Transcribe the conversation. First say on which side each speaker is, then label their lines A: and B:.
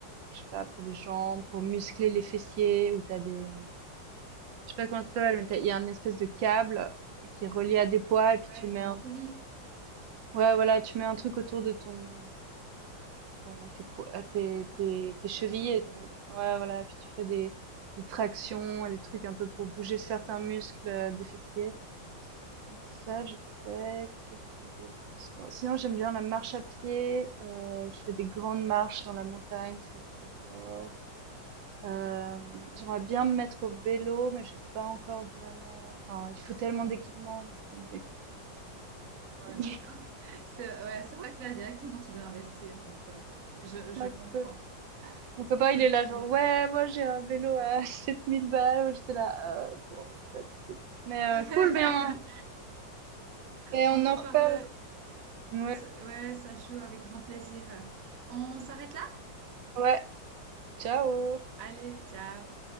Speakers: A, on the right (about 80°); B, on the right (about 50°).
A: je sais pas, pour les jambes, pour muscler les fessiers, où t'as des, je sais pas comment ça s'appelle, mais t'as- il y a une espèce de câble qui est relié à des poids, et puis
B: Ouais,
A: tu mets
B: une
A: un,
B: poulie
A: ouais, voilà, tu mets un truc autour de ton, ton, tes, po- à tes, tes, tes
B: de
A: chevilles,
B: ta cheville,
A: et
B: ouais.
A: tu- ouais, voilà, puis tu fais des, des tractions, et des trucs un peu pour bouger certains muscles euh, des fessiers. Donc Ça, j'ai fait. Qu'est-ce que j'ai fait d'autre comme sport? Sinon, j'aime bien la marche à pied. Euh, je fais des grandes marches dans la montagne, ça j'adore. Euh, j'aimerais bien me mettre au vélo, mais j'ai pas encore vraiment. Enfin, il faut tellement d'équipement, moi, ça me décou-
B: Ouais.
A: ça <laughs>
B: <laughs> C'est, ouais, c'est vrai que là, directement, tu dois investir, donc ouais, je, je
A: un
B: comprends.
A: peu. Mon copain, il
B: Ok.
A: est là, genre, ouais, moi j'ai un vélo à <laughs> 7000 balles. Moi, J'étais là, euh, bon, pas de suite. Mais euh,
B: Ouais.
A: cool, mais on,
B: <laughs>
A: mais
B: On
A: on
B: en
A: en reparle.
B: reparle.
A: Ouais,
B: Ça- Ouais, ça se joue avec grand plaisir. On s'arrête là?
A: ouais, ciao.
B: Allez, ciao.